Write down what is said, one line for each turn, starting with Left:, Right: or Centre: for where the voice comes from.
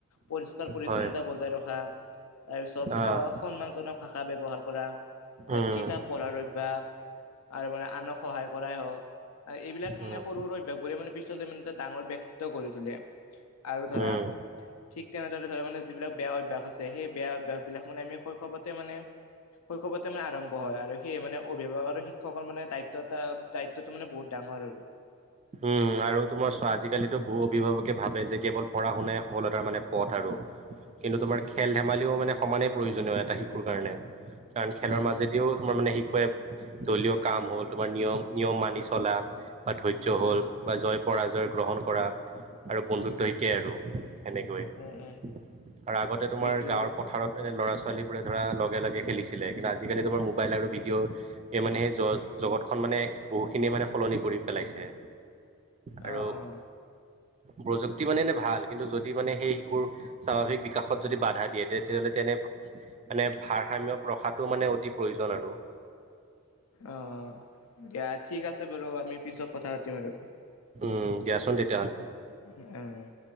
Left: পৰিষ্কাৰ পৰিচ্ছন্নতা
Right: হয়
Left: বজাই ৰখা তাৰ পিছত
Right: আহ
Left: সন্মান জনক কা ব্যৱহাৰ কৰা ত
Right: উম
Left: কিতাপ পঢ়াৰ অভ্যয়াস আৰু মানে আনক সহায় কৰাই হওঁক এইবিলাক
Right: উম
Left: মানে সৰু সৰু অভ্যাসবোৰে মানে পিছলে মানে এটা ডাঙৰ ব্যক্তিত্ব গঢ়ি তোলে আৰু ধৰা
Right: উম
Left: ঠিক তেনেদৰে ধৰ মানে যিবিলাক বেয়া অভ্যাস আছে সেই বেয়া অভ্যয়াস বিলাক মানে আমি শৈশৱতে মানে <unintelligible> শৈশৱতে মানে আৰম্ভ হয় আৰু সেই মানে অভিভাৱক আৰু শিক্ষকৰ মানে দায়িত্ব দায়িত্বটো মানে বহুত ডাঙৰ আৰু উ <unintelligible>
Right: উম আৰু তোমাৰ চোৱা আজিকালিতো বহু অভিভাৱকে ভাবে যে কেৱল পঢ়া শুনাই সফলতাৰ মানে পথ আৰু কিন্তু
Left: উম
Right: তোমাৰ খেল ধেমালিও মানে সমানে প্ৰয়োজনীয় এটা শিশুৰ কাৰণে কাৰণ খেলৰ
Left: উম
Right: মাজেদিও
Left: উম
Right: তোমাৰ মানে শিক বিষয় দলীয় কাম হ'ল তোমাৰ নিয়ম নিয়ম মানি চলা বা ধৈৰ্য্য
Left: উম উম
Right: হ'ল বা জয় পৰাজয় গ্ৰহণ কৰা আৰু বন্ধুত্ব
Left: উম
Right: শিকে আৰু কেনেকৈ আৰু
Left: উম উম
Right: আগতে তোমাৰ
Left: সেইটোৱে
Right: গাঁৱৰ পথাৰত এনে ল'ৰা-ছোৱালীৰ ছোৱালী বোৰে ধৰা লগে লগে খেলিছিলে কিন্তু আজিকালি মোবাইল আৰু ভিডিঅ' সেই জগতৰ খন মানে বহুখিনিয়ে মানে সলনি কৰি পেলাইছে আৰু
Left: অহ অহ
Right: প্ৰযুক্তি মানে এনে ভাল কিন্তু যদি মানে সেই শিশুৰ স্বাভাৱিক বিকাশত যদি বাধা দিয়ে তেতিয়াহ'লে তেনে মানে ভাৰস্যয ৰখাটো মানে অতি প্ৰয়োজন আৰু
Left: অ দিয়া ঠিক আছে বাৰু আমি পিছত কথা পাতিম আৰু
Right: উম দিয়াচোন তে
Left: উ উম <unintelligible>